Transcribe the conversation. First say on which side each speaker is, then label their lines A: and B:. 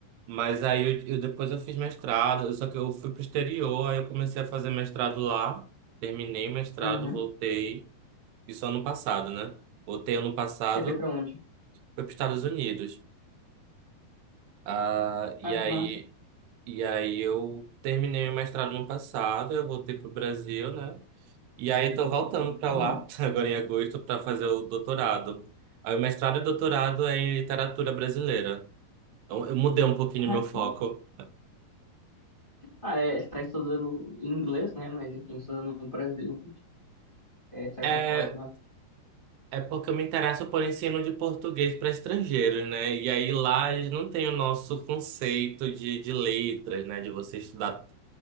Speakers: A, on the right; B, on the left.
A: Mas aí eu, eu- depois eu fiz mestrado, só que eu fui pro exterior, aí eu comecei a fazer mestrado lá, terminei mestrado,
B: Uhum.
A: voltei. Isso ano passado, né? Voltei ano passado,
B: Você foi para onde?
A: fui para os Estados Unidos. Ah, e
B: Ah,
A: aí,
B: que massa.
A: e aí eu terminei o mestrado no passado, eu voltei pro Brasil, né? E aí tô voltando para
B: Uhum.
A: lá, <laughs> agora em agosto, para fazer o doutorado. Aí o mestrado e doutorado é em literatura brasileira. Então eu mudei um pouquinho
B: Ah,
A: o meu
B: que...
A: foco.
B: ah, é, você tá estudando em inglês, né? Mas enfim, estudando no Brasil, é, de certa
A: É,
B: forma.
A: é porque eu me interesso por ensino de português para estrangeiros, né? E aí lá eles não têm o nosso conceito de, de letras, né? De você estudar.